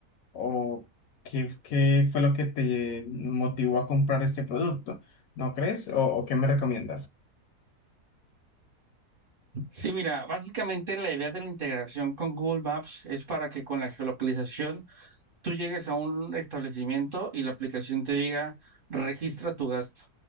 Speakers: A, on the left (about 70°); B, on the right (about 40°).
A: o qué, qué fue lo que te motivó a comprar este producto, ¿no crees? ¿O, o qué me recomiendas?
B: Sí, mira, básicamente la idea de la integración con Google Maps es para que con la geolocalización tú llegues a un establecimiento y la aplicación te diga, registra tu gasto.